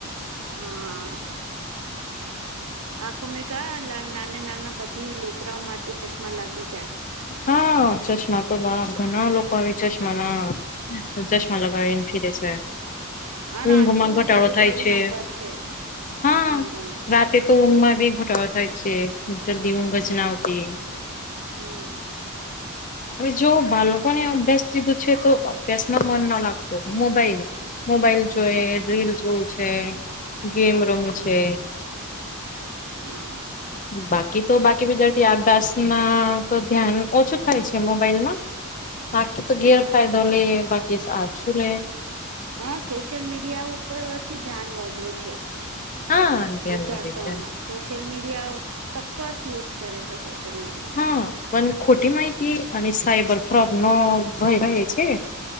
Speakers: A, on the right; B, on the left.
A: હા આખો મેં કા નાના નાના બધી લેકરાઓ માટે ચશ્મા લાગી જાય
B: હા ચશ્મા તો
A: હમ
B: ઘણા લોકો આવે ચશ્મા ના ચશ્મા લગાાવને ફિરે છે
A: અને
B: ઊંઘ
A: આટલું
B: માં ઘટાડો
A: બડું
B: થાય
A: બડું
B: છે
A: નંબર છે
B: હા
A: ભીંગાનું
B: રાતે તો ઊંઘ બી ઘોટાડો થાય છે જલ્દી ઊંઘ
A: હા
B: જ ના આવતી
A: હમ
B: હવે જો બાળકોને અભ્યાસ કીધું છે તો અભ્યાસમાં મન ના લાગતું મોબાઈલ મોબાઈલ જોઈ રીલ જોય છે ગેમ રમુ
A: હમ
B: છે
A: હા
B: બાકી તો બાકી વિદ્યાર્થી અભ્યાસમાં તો ધ્યાન ઓછું થાય છે મોબાઈલમાં બાકી
A: હમ
B: તો ગેરફાયડો લ બાકી આ છું લે
A: હ સોશિયલ મીડિયા ઉપરથી ધ્યાન વધે છે
B: હા ધ્યાન
A: વિદધ્યાર્થથીઓના
B: વધે છે
A: સોશિયલ મીડિયા સક્કસ યુઝ કરે છે સોશિયલ મીડિયા
B: હા પણ ખોટી માહિતી અને સાયબર ફ્રોક નો ભય રહે છે